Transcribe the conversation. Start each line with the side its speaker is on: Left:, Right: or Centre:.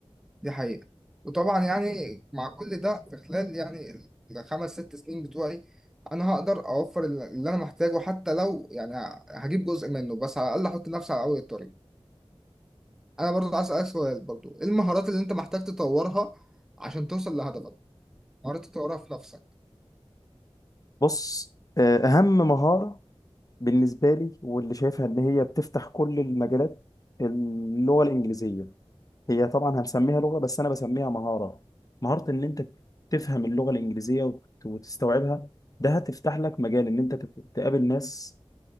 Centre: دي حقيقة وطبعا يعني مع كل ده في خلال يعني الخمس ست سنين بتوعي انا هقدر اوفر الل- اللي انا محتاجه حتى لو يعني هجيب جزء منه بس على الاقل احط نفسي على اول الطريق انا برضو عايز اسالك سؤال برضو ايه المهارات اللي انت محتاج تطورها عشان توصل لهدفك مهارات تطورها في نفسك
Left: بص آه، اهم مهاره بالنسبه لي واللي شايفها ان هي بتفتح كل المجالات اللغه الانجليزيه هي طبعا هنسميها لغة بس أنا بسميها مهارة مهارة إن أنت تفهم اللغة الإنجليزية وت- وتستوعبها ده هتفتح لك مجال إن أنت تت- تقابل ناس